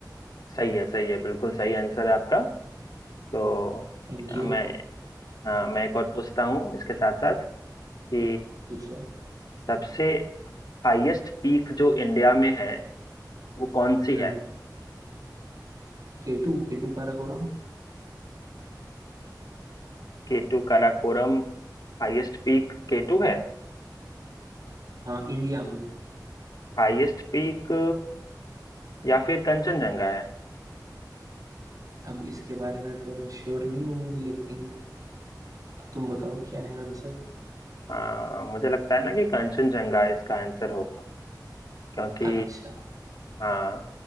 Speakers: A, on the left; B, on the right.
A: सही है सही है बिल्कुल सही आंसर है आपका तो
B: Thank
A: अ,
B: you
A: मैं हाँ मैं एक और पूछता हूँ इसके साथ साथ कि
B: पूछो
A: सबसे हाईएस्ट पीक जो इंडिया में है वो कौन सी
B: हम्म
A: है
B: के टू K two Karakoram
A: K two Karakoram Highest peak K two है
B: हाँ इंडिया में
A: हाईएस्ट पीक या फिर कंचनजंगा है
B: अब इसके बारे में तो मैं श्योर नहीं हूँ लेकिन तुम बताओ क्या है आंसर
A: हाँ मुझे लगता है ना कि कंचनजंगा इसका आंसर होगा क्योंकि
B: अच्छा
A: हाँ